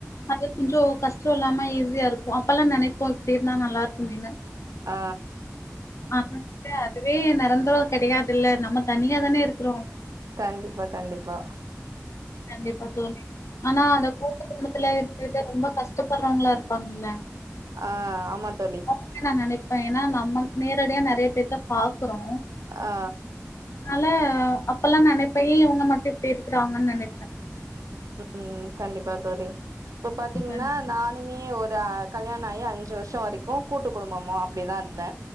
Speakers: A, on the left (about 65°); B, on the right (about 85°).
A: அது கொஞ்சோ கஷ்டோ இல்லாம ஈஸியா இருக்கு அப்பெல்லா நினைப்போ இப்டி இருந்தா நல்லாருக்குமேனு
B: ஆ
A: ஆனா அதுவே நெரந்தரோ கிடையாதுல்ல நம்ம தனியா தான இருக்குறோ
B: கண்டிப்பா கண்டிப்பா
A: கண்டிப்பா தோழி ஆனா அந்த கூட்டு குடும்பத்துல இருந்துக்கிட்டு ரொம்ப கஷ்டப்படுறவங்களா இருப்பாங்கல்ல
B: ஆ ஆமா தோழி
A: வந்து நா நெனைப்பே ஏன்னா நம்ம நேரடியா நெறைய பேத்த பாக்குறோ
B: ஆ
A: அதனால அப்பெல்லா நெனைப்பே ஏ இவங்க மட்டு இப்டி இருக்றாங்கன்னு நெனைப்
B: ம் கண்டிப்பா தோழி இப்ப பாத்தீங்கன்னா
A: கண்டிப்பா.
B: நானுமே ஒரு அ கல்யாணோ ஆகி அஞ்சு வருஷோ வரைக்கு கூட்டு குடும்பமோ அப்டிதா இருந்தே